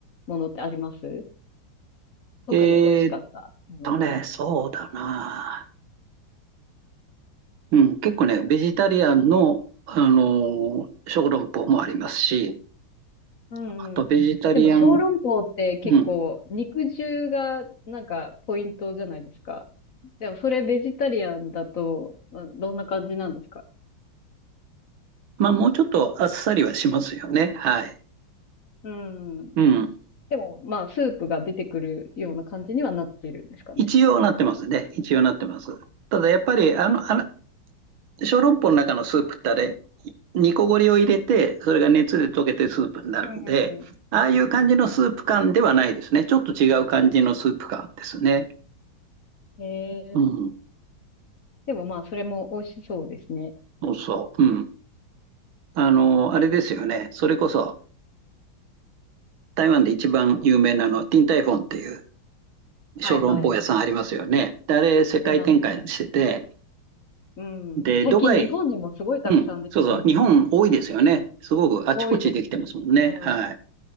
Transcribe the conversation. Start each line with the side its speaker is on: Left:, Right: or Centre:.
Left: ものってあります特に美味しかったものとか。
Right: えーとね、そうだな。うん、結構ね、ベジタリアンの、あのー小籠包もありますし、
Left: うんうん。
Right: あとベジタリアン、
Left: でも小籠包って結構肉汁がなんかポイントじゃないですか。
Right: うん。
Left: でもそれベジタリアンだとまあどんな感じなんですか
Right: まあ、もうちょっとあっさりはしますよね。はい。
Left: うん。
Right: うん。
Left: でもまあスープが出てくるような感じにはなってるんですかね。
Right: 一応なってますね。一応なってます。ただやっぱり、あの、あの、小籠包の中のスープってあれ、煮こごりを入れて、それが熱で溶けてスープになるんで、
Left: うんうん。
Right: ああいう感じのスープ感ではないですね。
Left: う
Right: ちょっと違う感じのスープ感ですね。
Left: んへえ。
Right: うん。
Left: でもまあそれも美味しそうですね。
Right: そうそう。うん。あの、あれですよね。それこそ、台湾で一番有名なあの、ティンタイフォンっていう
Left: はいはい。
Right: 小籠包屋さんありますよね。で、あれ、世界展開してて、
Left: あります。うん。
Right: で、
Left: 最近日本にもすごいたくさんできてます。
Right: ドバイ、うん、そうそう、日本多いですよね。すごくあちこちできてますもんね。
Left: すごいです。うん。
Right: はい。